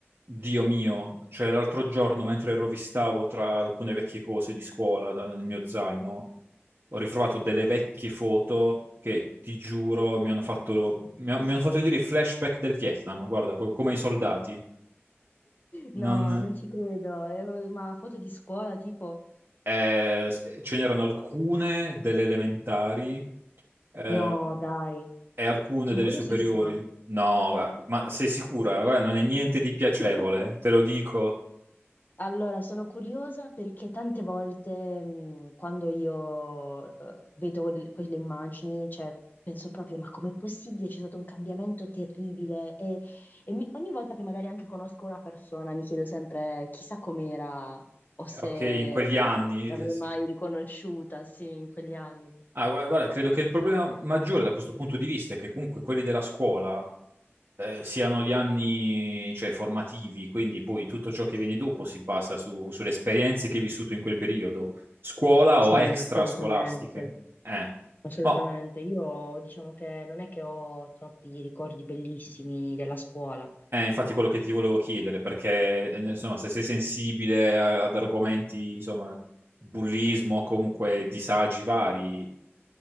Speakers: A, on the right (about 60°); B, on the left (about 45°).
A: Dio mio, cioè l'altro giorno mentre rovistavo tra alcune vecchie cose di scuola da- nel mio zaino, ho ritrovato delle vecchie foto che ti giuro mi hanno fatto, mi ha- mi hanno fatto venire i flashback del Vietnam, guarda, co- come i soldati.
B: No,
A: Non...
B: non ci credo. Eh, Ma foto di scuola, tipo?
A: eh, s- ce n'erano alcune delle elementari eh,
B: No, dai,
A: e alcune
B: sono
A: delle
B: curiosissima.
A: superiori. No, ma ma sei sicura? Guarda, non è niente di piacevole,
B: <laughs>
A: te lo dico.
B: Allora, sono curiosa perché tante volte mh, quando io eh, vedo l- quelle immagini, cioè, penso proprio, ma com'è possibile? C'è stato un cambiamento terribile e, e mi- ogni volta che magari anche conosco una persona mi chiedo sempre chissà com'era o se
A: Ok, in quegli anni.
B: l'avrei
A: sì,
B: mai
A: sì.
B: riconosciuta, sì, in quegli anni.
A: Ah, gua- guarda, credo che il problema maggiore da questo punto di vista è che comunque quelli della scuola eh, siano gli anni, cioè, formativi, quindi poi tutto ciò che viene dopo si basa su- sulle esperienze che hai vissuto in quel periodo, scuola
B: Sì,
A: o extra
B: assolutamente,
A: scolastiche. Eh.
B: assolutamente.
A: No,
B: Io diciamo che non è che ho troppi ricordi bellissimi della scuola,
A: è infatti quello che ti volevo chiedere, perché eh, insomma, se sei sensibile a- ad argomenti, insomma, bullismo, comunque disagi vari,